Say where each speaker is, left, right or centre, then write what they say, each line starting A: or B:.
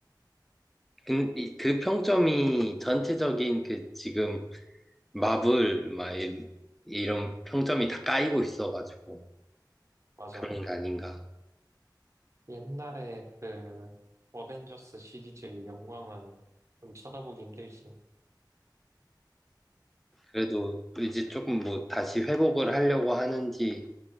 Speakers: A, in the centre; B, on the right.
A: 근- 그 평점이 전체적인 그 지금 마블, 막 이- 이런 평점이 다 까이고 있어가지고,
B: 맞아.
A: 그런 게 아닌가.
B: 옛날에 그 어벤져스 시리즈의 영광은 좀 쳐다보기 힘들지.
A: 그래도 이제 조금 뭐 다시 회복을 하려고 하는지